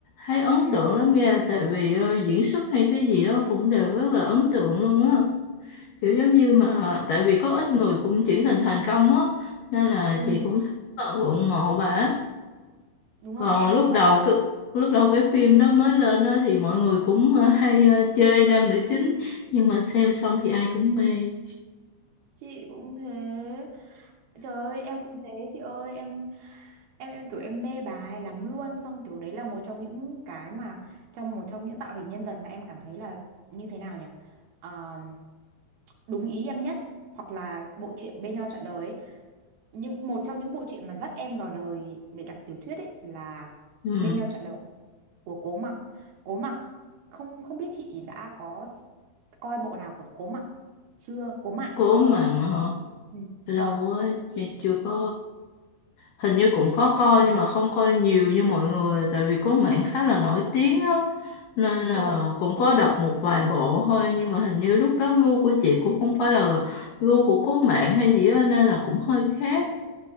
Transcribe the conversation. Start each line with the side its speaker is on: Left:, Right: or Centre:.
Left: Thấy ấn
Right: ừ
Left: tượng lắm nha. Tại vì ờ, diễn xuất hay cái gì đó cũng đều rất là ấn tượng luôn á. kiểu giống như mà tại vì có ít người cũng chuyển hình thành công á nên là
Right: ừ
Left: chị cũng thấy rất là ngưỡng mộ bà
Right: đúng
Left: còn
Right: rồi em
Left: lúc
Right: cũng
Left: đầu
Right: vậy
Left: cái lúc đầu cái phim đó mới lên á thì mọi người cũng ờ, hay ờ, chê nam nữ chính nhưng mà xem xong thì ai cũng mê
Right: chị cũng thế trời ơi em cũng thế chị ơi em em em kiểu em mê bà ấy lắm luôn xong kiểu đấy là một trong những cái mà trong một trong những tạo hình nhân vật mà em cảm thấy là như thế nào nhỉ Ờ, đúng ý em nhất hoặc là bộ truyện Bên Nhau Trọn Đời ấy. những một trong những bộ truyện mà dắt em vào đời để đọc tiểu thuyết ấy là
Left: ừ
Right: Bên nhau trọn đời của Cố Mặc. Cố Mặc không không biết chị đã có s- coi bộ nào của Cố Mặc chưa? Cố Mạn
Left: cố
Right: chưa?
Left: mà mà họ.
Right: Ừ.
Left: lâu
Right: Vâng,
Left: á chị
Right: thì
Left: chưa có hình như cũng có coi nhưng mà không coi nhiều như mọi người tại vì có mảng khá là nổi tiếng á nên
Right: đúng
Left: là
Right: rồi,
Left: cũng có đọc một vài bộ thôi nhưng mà hình như lúc đó gu của chị cũng không phải là gu của cố mạng hay gì á nên là cũng hơi khác